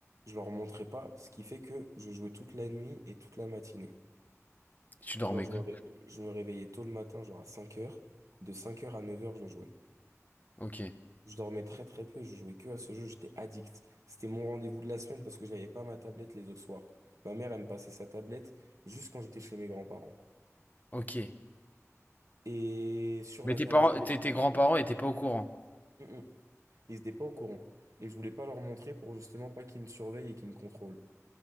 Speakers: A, on the right (about 80°); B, on the left (about 30°).
A: Je leur montrais pas, ce qui fait que je jouais toute la nuit et toute la matinée.
B: Tu dormais
A: Genre, je
B: quand?
A: me, ré- je me réveillais tôt le matin, genre à 5 heures. De 5 heures à 9 heures, je jouais.
B: Ok,
A: Je dormais très très peu, je jouais que à ce jeu, j'étais addict. C'était mon rendez-vous de la semaine parce que j'avais pas ma tablette les autres soirs. Ma mère, elle me passait sa tablette juste quand j'étais chez mes grands-parents.
B: ok.
A: Et sur
B: Mais
A: la
B: tes
A: tablette
B: parents, tes,
A: de
B: tes
A: ma
B: grands-parents étaient pas au courant.
A: mère, Ils n'étaient pas au courant. Et je voulais pas leur montrer pour justement pas qu'ils me surveillent et qu'ils me contrôlent.